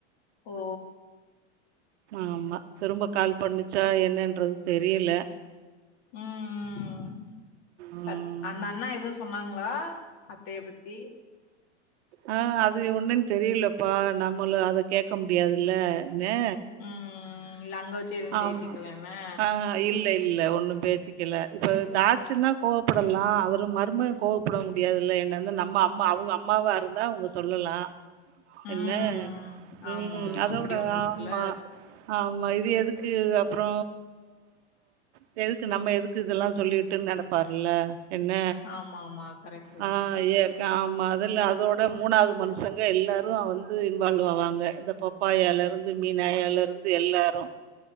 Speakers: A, on the left; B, on the right.
A: ஓ
B: ஆமா திரும்ப கால் பண்ணுச்சா என்னன்றது தெரியல
A: ம் ம் ம்
B: உம்
A: பத் அந் அண்ணா எதுவு சொன்னாங்ளா அத்தய பத்தி
B: ஆ அது ஒன்னுன் தெரியிலப்பா நம்மளு அத கேக்க முடியாதுல நே
A: ம் இல்ல அங்க வச்சு எதுவு
B: ஆமா
A: பேசிக்கலன்னு
B: அ ஹ இல்ல இல்ல ஒன்னு பேசிக்கல இப்ப தாச்சுன்னா கோவப்படலா அவரு மருமகெ கோவப்பட முடியாதுல்ல என்ன இந்து நம்ம அம்மா அவுங்க அம்மாவா இரு ந்தா அவுங்க சொல்லலா
A: ம்
B: என்ன
A: ஆமா
B: ம் அதோட
A: அப்டி ஒண்ணு இருக்குல்ல
B: ஆமா ஆமா இது எதுக்கு அப்போற இத் எதுக்கு நம்ம எதுக்கு இதுல்லா சொல்லிட்டுன் நெனப்பாருல்ல என்ன
A: ஆமா ஆமா கரெக்ட்
B: ஆ
A: தா
B: ஏற்க்க ஆமா அதுல்ல அதோட் மூணாவ்து மனுஷங்க எல்லாரு அ வந்து இன்வால் ஆவாங்க இந்த பப்பாயாலெருந் து மீனாயாலெருந்து எல்லாரு